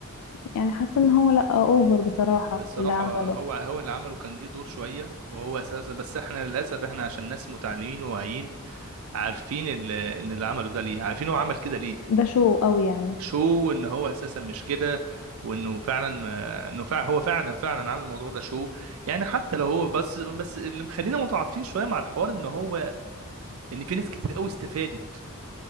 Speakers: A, on the left; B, on the right.
A: يعني حاسة ان هو لا اوفر بصراحة
B: الصراحه
A: اللي عمله
B: هو هو اللي عمله كان ليه دور شويه وهو اساسا بس احنا للاسف احنا عشان ناس متعلمين وواعيين عارفين ال- ان اللي عمله ده ليه عارفين هو عمل كده ليه
A: ده شو قوي يعني
B: شو ان هو اساسا مش كده وانه فعلا آه، انه فعلا هو فعلا فعلا عامل الموضوع ده شو يعني حتى لو هو بس بس اللي مخلينا متعاطفين شويه مع الحوار ان هو لان في ناس كتير قوي استفادت